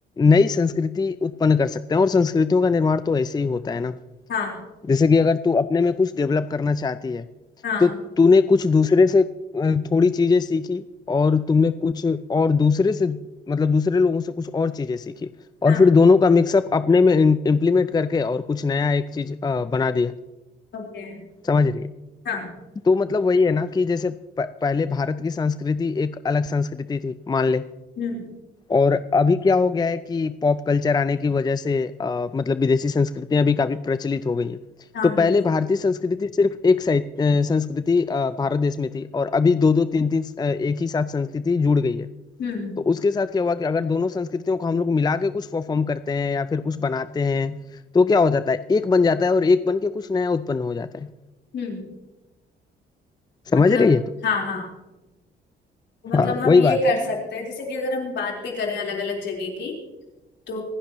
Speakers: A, on the left; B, on the left.
A: नई संस्कृति उत्पन्न कर सकते हैं और संस्कृतियों का निर्माण तो ऐसे ही होता है ना
B: हाँ
A: जैसे कि अगर तू अपने में कुछ डेवलप करना चाहती है
B: हाँ
A: तो तूने कुछ दूसरे से अ, थोड़ी चीजें सीखी और तुमने कुछ और दूसरे से मतलब दूसरे लोगों से कुछ और चीजें सीखी और
B: हाँ
A: फिर दोनों का मिक्सअप अपने में इम्प्लीमेंट करके और कुछ नया एक चीज अ, बना दिया
B: ओके
A: समझ रही है
B: हाँ
A: तो मतलब वही है ना कि जैसे प, पहले भारत की संस्कृति एक अलग संस्कृति थी मान ले
B: हम्म
A: और अभी क्या हो गया है कि पॉप कल्चर आने की वजह से अ, मतलब विदेशी संस्कृतियां भी काफी प्रचलित हो गई हैं
B: हाँ
A: तो
B: बिल्कुल
A: पहले भारतीय संस्कृति सिर्फ एक साइड अ, संस्कृति अ, भारत देश में थी और अभी दो दो तीन तीन अ, एक ही साथ संस्कृति जुड़ गई है
B: हम्म
A: तो उसके साथ क्या हुआ कि अगर दोनों संस्कृतियों को हम लोग मिला के कुछ परफॉर्म करते हैं या फिर कुछ बनाते हैं तो क्या हो जाता है एक बन जाता है और एक बन के कुछ नया उत्पन्न हो जाता है
B: हम्म
A: समझ
B: मतलब
A: रही है तो
B: हाँ हाँ मतलब
A: हाँ
B: हम
A: वही
B: ये
A: बात
B: कर
A: है
B: सकते हैं जैसे कि अगर हम बात भी करें अलग अलग जगह की तो